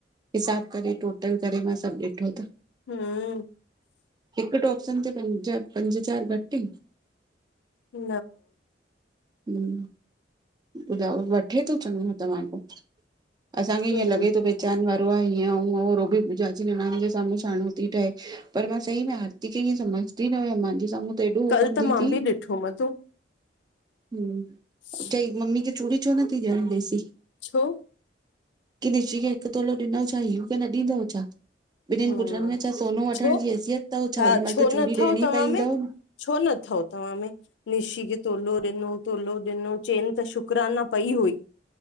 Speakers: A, on the right; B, on the left.
A: हिसाब करे, टोटल करे, मां सभ ॾिठो त
B: हूं
A: हिक टॉप्सन ते, पंज, पंज चार घटि इन?
B: न
A: हू ॿुधायो, वठे तो चञो तव्हां खौं, असांखे ईएं
B: हम्म
A: लॻे तो पहचन वारो वारो आहे, हींअं हूंअं आ, पूजा जी निणान जे साम्हूं शाणो थी ठहे पर मां सही में आ केखे ईएं समझंदी न हुयम, मांजे साम्हूं त एॾो
B: कल
A: कंदी
B: त मां
A: ती
B: बि ॾिठो मधु
A: हूं
B: <inaudible>
A: चई, मम्मी खे चूड़ी छो न थी ॾियण ॾेसी?
B: छो?
A: की, निशी खे हिक तोलो ॾिनो, छा युव खे न ॾींदव छा? ॿिनिन
B: हम्म
A: पुट्रन में छा सोनो वठण
B: छो
A: जी हैसियत तव छा,
B: हा
A: ओड़ी महिला
B: छो
A: त चूड़ी
B: न अथव
A: ॾियणी
B: तव्हां
A: पईंदव।
B: में छो नथव, तव्हां में? निशी खे तोलो ॾिनो तोलो ॾिनो, चेन त शुकराना पई हुई।